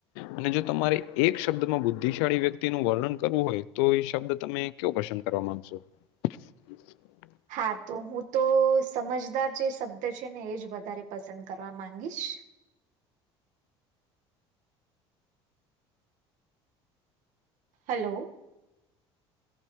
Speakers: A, on the left; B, on the right.
A: અને જો તમારે એક શબ્દમાં બુદ્ધિશાળી વ્યક્તિનું વર્ણન કરવું હોય તો એ શબ્દ તમે કયો પસંદ કરવા માંગશો હમ.
B: હા તો હું તો સમજદાર જે શબ્દ છે ને એ જ વધારે પસંદ કરવા માંગીશ. Hello.